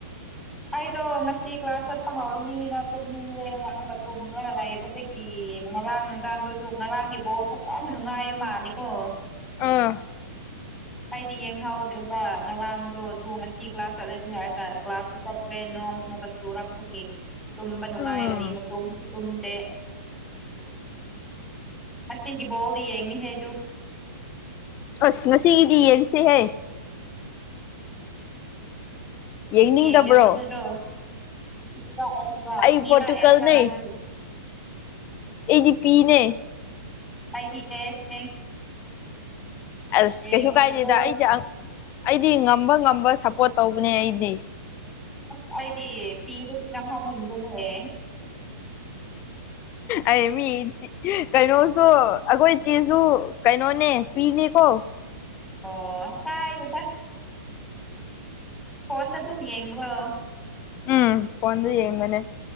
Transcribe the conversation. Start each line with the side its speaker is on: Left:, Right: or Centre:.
Centre: ꯑꯩꯗꯣ ꯉꯁꯤ ꯀ꯭ꯂꯥꯁ ꯆꯠꯄ ꯍꯧꯔꯅꯤꯅ ꯇꯨꯝꯅꯤꯡꯉꯦꯅ ꯇꯨꯝꯔꯒ ꯂꯩꯕꯗꯒꯤ ꯒꯤ ꯑꯦ ꯉꯔꯥꯡ ꯅꯨꯡꯗꯥꯡꯗꯨꯁꯨ ꯉꯔꯥꯡꯒꯤ ꯕꯣꯜ ꯐꯖꯅ ꯅꯨꯡꯉꯥꯏꯕ ꯃꯥꯂꯦꯀꯣ
Left: ꯑꯥ
Centre: ꯍꯥꯏꯗꯤ ꯌꯦꯡꯍꯧꯗ꯭ꯔꯦꯕ ꯉꯔꯥꯡꯗꯣ ꯑꯗꯨ ꯉꯁꯤ ꯀ꯭ꯂꯥꯁ ꯆꯠꯂꯗꯤ ꯍꯥꯏꯔꯒ ꯀ꯭ꯂꯥꯁꯇꯨ ꯆꯠꯗ꯭ꯔꯦ ꯅꯣꯡ ꯑꯃꯨꯛꯀ ꯆꯨꯔꯛꯄꯒꯤ ꯇꯨꯝꯕ ꯅꯨꯡꯉꯥꯏꯔꯅꯤꯅ
Left: ꯎꯝ
Centre: ꯇꯨꯝꯁꯨ ꯇꯨꯝꯗꯦ ꯑꯁꯅꯤꯒꯤ ꯕꯣꯜꯗꯤ ꯌꯦꯡꯅꯤꯍꯦꯗꯨ
Left: ꯑꯁ ꯉꯁꯤꯒꯤꯗꯤ ꯌꯦꯡꯁꯦꯍꯦ ꯌꯦꯡꯅꯤꯡꯗꯕ꯭ꯔꯣ
Centre: ꯌꯦꯒꯗꯤ ꯑꯗꯨꯗꯣ ꯄꯤꯄꯥ ꯑꯦꯁ
Left: ꯑꯩ
Centre: ꯄꯤꯋꯥ
Left: ꯄꯣꯔꯇꯨꯒꯜꯅꯦ
Centre: ꯑꯦꯁꯥ ꯅꯪꯒꯤ
Left: ꯑꯩꯗꯤ ꯄꯤꯅꯦ
Centre: ꯑꯩꯗꯤ ꯑꯦꯁꯅꯦ
Left: ꯑꯁ
Centre: ꯌꯦꯡꯉꯁꯤꯀꯣ
Left: ꯀꯩꯁꯨ ꯀꯥꯏꯗꯦꯗ ꯑꯩꯗꯤ ꯑꯩꯗꯤ ꯉꯝꯕ ꯉꯝꯕ ꯁꯞꯄꯣꯔꯠ ꯇꯧꯕꯅꯦ ꯑꯩꯗꯤ
Centre: ꯑꯁ ꯑꯩꯗꯤ ꯄꯤꯔꯗꯤ ꯅꯝꯍꯟ ꯅꯤꯡꯕꯅꯦ
Left: ꯑꯩ ꯃꯤ ꯀꯩꯅꯣꯁꯨ ꯑꯩꯈꯣꯏ ꯆꯦꯁꯨ ꯀꯩꯅꯣꯅꯦ ꯄꯤꯅꯦꯀꯣ
Centre: ꯑꯣ ꯀꯥꯏꯗꯦꯗ ꯐꯣꯟꯗ ꯇꯨꯝ ꯌꯦꯡꯕ꯭ꯔꯣ
Left: ꯎꯝ ꯐꯣꯟꯗ ꯌꯦꯡꯕꯅꯦ